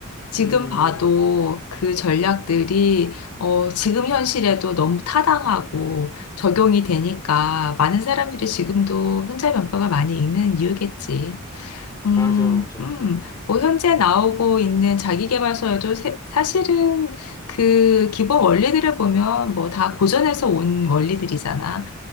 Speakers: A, on the left (about 85°); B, on the left (about 15°).
A: 지금
B: 음,
A: 봐도 그 전략들이, 어, 지금 현실에도 너무 타당하고 적용이 되니까 많은 사람들이 지금도 혼자 면벽을 많이 읽는 이유겠지. 음,
B: 맞아, 맞아.
A: 음, 뭐, 현재 나오고 있는 자기계발서에도 세- 사실은 그 기본 원리들을 보면 뭐 다 고전에서 온 원리들이잖아.